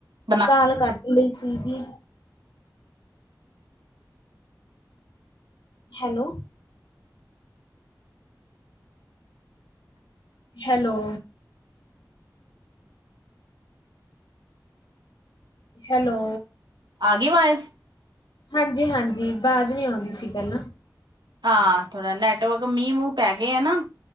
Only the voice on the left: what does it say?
ਦਾਲ ਕੱਡ ਲਈ ਸੀਗੀ। ਹੈਲੋ ਹੈਲੋ ਹੈਲੋ
ਹਾਂਜੀ-ਹਾਂਜੀ, ਬਾਜ਼ ਨਹੀਂ ਆਉਂਦੀ ਸੀ ਪਹਿਲਾਂ।